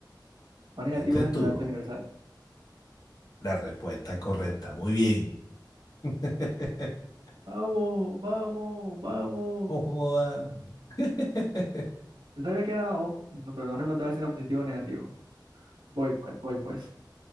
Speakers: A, on the right (about 75°); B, on the left (about 55°).
A: O negativo
B: ¿Viste
A: es
B: tú?
A: donante
B: No
A: universal.
B: La respuesta es correcta. Muy bien. <laughs>
A: Vamos, vamos, vamos.
B: No joda. <laughs>
A: Yo sabía que era O, no- pero no recordaba si era positivo o negativo. Voy pues, voy pues.